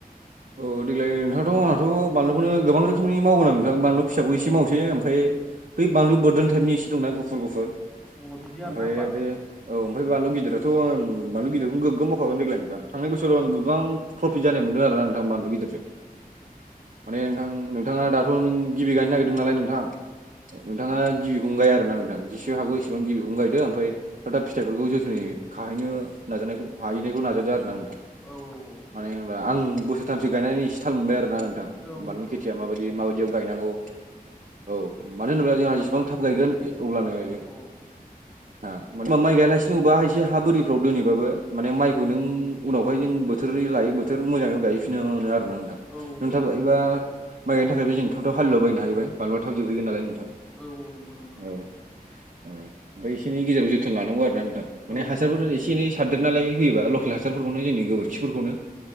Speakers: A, on the right; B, in the centre.
A: औ देग्लाय नोंथ' आंनाथ' बानलुखौनो गोबां रोखोमनि मावगोन आं नोंथां बानलु फिसाखौ एसे
B: अ
A: मावसै ओमफ्राय बै बानलु बोरदोन टाइपनि एसे दंना गुफुर गुफुर
B: अ बिदि आरोना
A: ओमफ्राय
B: होमबा
A: बेयो औ ओमफ्राय बानलु गिदिराथ' आं बानलु गिदिरखौनो गोगोम मावखागोन देग्लाय नोंथां। थांनाय बोसोराव
B: औ
A: आं गोबां प्रफिट जानाय मोनो आरो ना आं बानलु गिदिरजों माने नोंथां नोंथाङा दाथ' नों गिबि गायनो नागिर नालाय
B: औ
A: नोंथां नोंथाङा गिबिखौनो गाय आरो ना नोंथां जेसेब हागौ एसेबां गिबिखौनो गायदों ओमफ्राय दा फिथाइफोरखौ जोथोनै खाहैनो नाजानायखौ हाहैनायखौ नाजादों आरोना नोंथां।
B: औ औ
A: मानो होनबा आं बोसोरथामसो गायनानै इसे थाल मोनबाय आरोना नोंथां।
B: औ
A: बानलु
B: औ नंगौ
A: खेथिया
B: नंगौ नोंथां
A: माबायदि माबायदियाव गायनांगौ। औ मानो होनोब्ला जोंहा जेसेबां थाब गायगोन अब्लानो
B: औ
A: थां माइ गाया लासिनो अबेबा हा एसे हा बोरि फ्राव दोनैबाबो माने माइखौ नों उनावहाय नों बोथोरै लायो बोथोर मोजाङै गायैफिनो मोनो आरो ना नोंथां।
B: औ
A: नों
B: नंगौ
A: थांब
B: नंगौ
A: गायोबा
B: नोंथां
A: माइ गायनो थाखायबो जों थाबथाब हालुवलाबायनो हायैबाय बानलुआ थाब जोबहैगोन नालाय नोंथां।
B: औ औ नंगौ नंगौ नोंथां
A: औ
B: ओं।
A: औ एसे एनै गेजेराव जोथोन लानांगौ आरो ना नोंथां माने
B: औ
A: हासारफोर
B: नंगौ नंगौ
A: एसे
B: नोंथां
A: एनै सार रदेरनालाय होयोबा लकेल हासारफोरखौनो जोंनि गोबोरखिफोरखौनो